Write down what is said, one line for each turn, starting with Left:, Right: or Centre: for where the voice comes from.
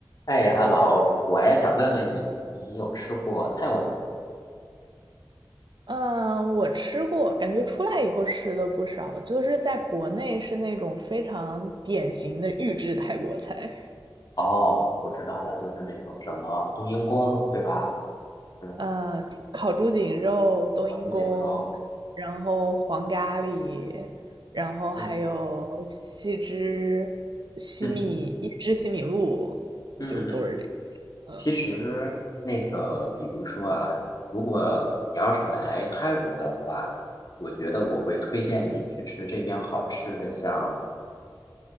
Left: 哎，hello，我也想问问你，你有吃过泰国菜吗？
Right: 嗯，我吃过，感觉出来以后吃的不少，就是在国内是那种非常典型的预制泰国菜，
Left: 哦，我知道了，就是那种什么冬阴功，对吧？嗯，
Right: 呃，猪烤猪颈肉、冬阴功，
Left: 烤猪颈肉，对，
Right: 然后黄咖喱，然后还有西汁西米一汁西米露，
Left: 嗯嗯嗯嗯。
Right: 就都是这个。嗯
Left: 其实那个，比如说啊，如果你要是来泰国的话，我觉得我会推荐你去吃这边好吃的，像